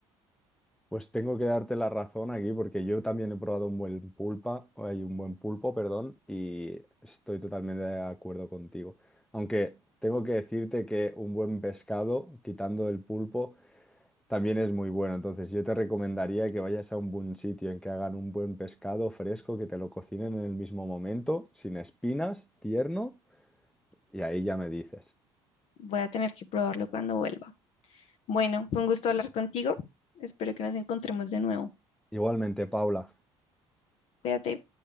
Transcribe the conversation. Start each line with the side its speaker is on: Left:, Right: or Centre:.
Centre: Pues tengo que darte la razón aquí porque yo también he probado un buen pulpa, hay un buen pulpo, perdón, y estoy totalmente de acuerdo contigo. Aunque tengo que decirte que un buen pescado, quitando el pulpo, también es muy bueno. Entonces yo te recomendaría que vayas a un buen sitio en que hagan un buen pescado fresco, que te lo cocinen en el mismo momento, sin espinas, tierno, y ahí ya me dices.
Left: Voy a tener que probarlo cuando vuelva. Bueno, fue un gusto hablar contigo. Espero que nos encontremos de nuevo.
Centre: Igualmente, Paula.
Left: Cuídate.